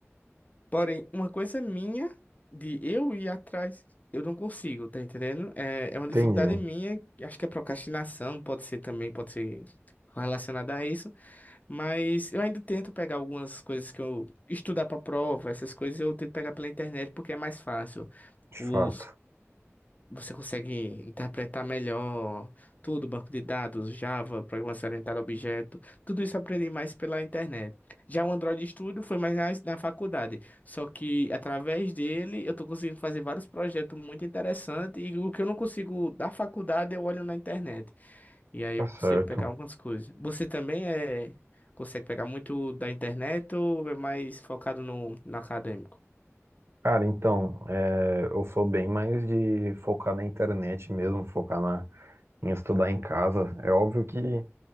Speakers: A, on the left (about 35°); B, on the right (about 60°).
A: Porém, uma coisa minha de eu ir atrás, eu não consigo, tá entendendo? É, é uma
B: entendi.
A: dificuldade minha, acho que é procrastinação, pode ser também, pode ser relacionada a isso, mas eu ainda tento pegar algumas coisas que eu estudar para prova, essas coisas eu tento pegar pela internet porque é mais fácil.
B: De
A: Os
B: fato,
A: você consegue interpretar melhor tudo, banco de dados, Java, programação orientada a objeto, tudo isso eu aprendi mais pela internet. Já o Android Studio foi mais na, na faculdade, só que através dele eu estou conseguindo fazer vários projetos muito interessantes e o que eu não consigo da faculdade eu olho na internet e aí
B: tá
A: eu
B: certo.
A: consigo pegar algumas coisas. Você também é consegue pegar muito da internet ou é mais focado no, no acadêmico?
B: Cara, então, é, eu sou bem mais de focar na internet mesmo, focar na, em estudar em casa. É óbvio que